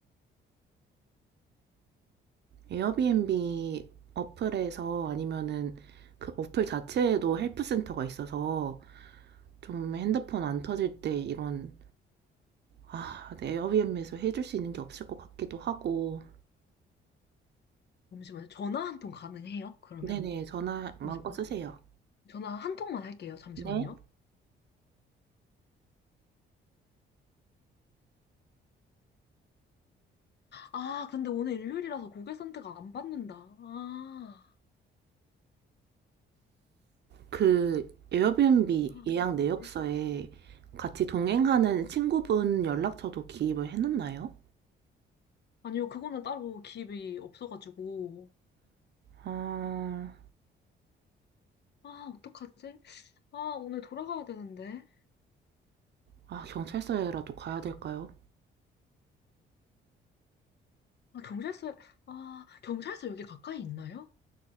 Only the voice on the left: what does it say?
잠시만요. 전화 한 통 가능해요? 그러면?
잠시만요.
전화 한 통만 할게요. 잠시만요.
아, 근데 오늘 일요일이라서 고객센터가 안 받는다. 아.
아,
네.
아니요, 그거는 따로 기입이 없어가지고.
아, 어떡하지? 아, 오늘 돌아가야 되는데.
아, 경찰서, 아, 경찰서 여기 가까이 있나요?